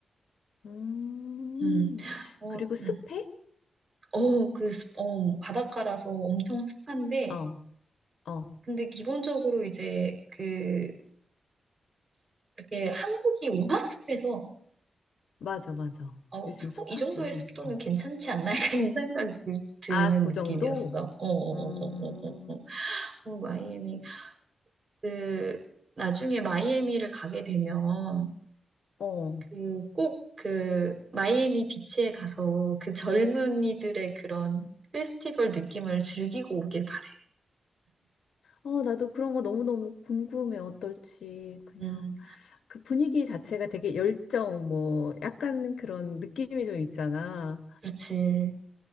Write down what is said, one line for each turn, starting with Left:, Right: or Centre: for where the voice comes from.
Left: 음,
Right: 음, 어,
Left: 그리고 습해?
Right: 음. 어, 그, 습- 어, 바닷가라서 엄청 습한데,
Left: 어, 어,
Right: 근데 기본적으로 이제, 그, 이렇게 한국이 워낙 습해서,
Left: 맞아, 맞아.
Right: 어,
Left: 요즘
Right: 어,
Left: 습하지.
Right: 이 정도의 습도는
Left: 어.
Right: 괜찮지 않나? <laughs> 약간 이 생각이 들- 드는
Left: 아, 그
Right: 느낌이었어.
Left: 정도?
Right: 어, 어, 어,
Left: 음,
Right: 어, 어, 어, 어, 어, 마이애미. 그, 나중에 마이애미를 가게 되면,
Left: 어.
Right: 그 꼭 그 마이애미 비치에 가서 그 젊은이들의 그런 페스티벌 느낌을 즐기고 오길 바래.
Left: 어, 나도 그런 거 너무너무 궁금해. 어떨지. 그냥
Right: 음,
Left: 그 분위기 자체가 되게 열정, 뭐, 약간 그런 느낌이 좀 있잖아.
Right: 그렇지.